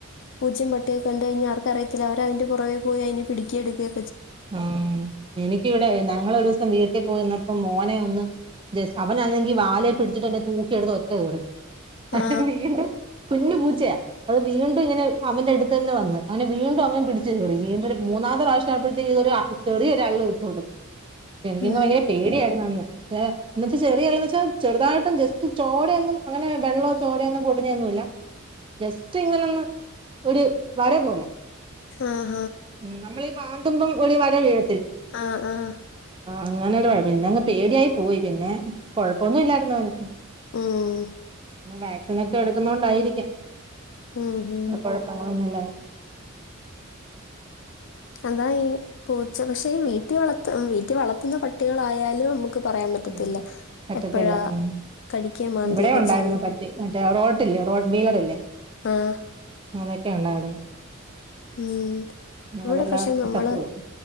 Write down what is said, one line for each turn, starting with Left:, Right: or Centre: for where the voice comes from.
Left: പൂജ്യം പട്ടി കഴിഞ്ഞഞ് ആർക്കറിയത്തില്ല അവര അതിന്റെ പുറവ പോയി അതിന് പിടിയെടുക്കുക
Right: ആ എനിക്കിവിടെ ഞങ്ങളൊരു ദിവസം വീട്ടിൽ പോയിവന്നപ്പം മോനെ ഒന്ന് അവനാണെങ്കി വാലെ പിടിച്ചിട്ട് തൂക്കിയെടുത്ത് ഒറ്റ ഏറ്
Left: ആ
Right: വീണ്ടും കുഞ്ഞു പൂച്ചയാ അത് വീണ്ടും ഇങ്ങനെ അവന്റെ അടുത്ത് തന്നെ വന്ന് അവനെ വീണ്ടും അവൻ പിടിച്ചു കീറി വീണ്ടും മൂന്നാത്തെ പ്രാവശ്യം അത് ഒരു ചെറിയൊരു അള്ള് വെച്ചു കൊടുത്തു പക്ഷെ എനിക്ക്
Left: ഉം,
Right: ഭയങ്കര പേടിയായിരുന്നു അന്ന് പക്ഷെ എന്ന് വെച്ചാ ചെറിയള്ള് എന്ന് വെച്ചാൽ ചെറുതായിട്ടും ജസ്റ്റ് ചോരയൊന്നും അങ്ങനെ വെള്ളോ ചോരയൊന്നും പൊടിഞ്ഞൊന്നും ഇല്ല ജസ്റ്റ് ഇങ്ങനെന്ന് ഒരു വര പോലെ
Left: ആഹ്
Right: ഉം നമ്മള് ഈ മാന്തുമ്പം ഒരു വര വീഴ
Left: ആഹ് ആഹ്
Right: അങ്ങനെരു കുഴപ്പം പിന്നങ്ങ് പേടിയായി പോയി പിന്നെ കൊഴപ്പോന്നും ഇല്ലായിരുന്നു അവന്
Left: ഉം,
Right: വാക്സിനൊക്കെ എടുക്കുന്ന കൊണ്ടായിരിക്കും
Left: ഉം, ഉം.
Right: കുഴപ്പങ്ങളൊന്നുല്ലാണ്ട്
Left: അതാ ഈ പോ പക്ഷേ വീട്ടിൽ വളർത്ത വീട്ടിൽ വളർത്തുന്ന പട്ടികളായാലും നമുക്ക് പറയാൻ പറ്റത്തില്ല
Right: ഉം പറ്റത്തില്ല
Left: എപ്പോഴാ
Right: ഉം
Left: കടിക്കുകയും മാന്തിയൊക്കെ
Right: ഇവിടെയും ഉണ്ടായിരുന്നു
Left: ചെയ്യുന്നു
Right: പട്ടി മറ്റേ റോഡ് റോഡ്ലീവർ അല്ലേ
Left: ആഹ്
Right: അതൊക്കെ ഉണ്ടായിരുന്നു
Left: ഉം ഇവിടെ
Right: അതെല്ലാം
Left: പക്ഷെ നമ്മള്
Right: ചത്തുപോയി